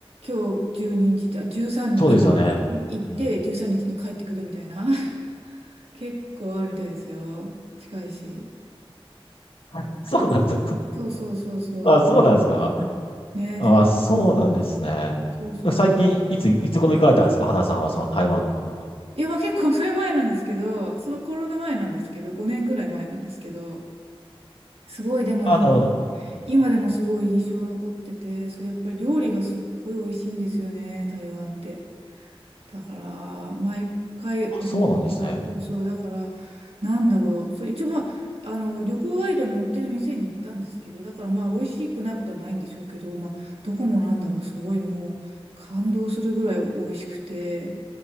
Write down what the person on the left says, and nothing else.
そうですよね。うん。
<laughs> そうなんです。
あ、そうなんですか
ああ、
そうなんですね。
最近、
いつ、いつ頃行かれたんですか、
花さんは、その台湾では。
ああ、なるほど。うん
あ、そうなんですね。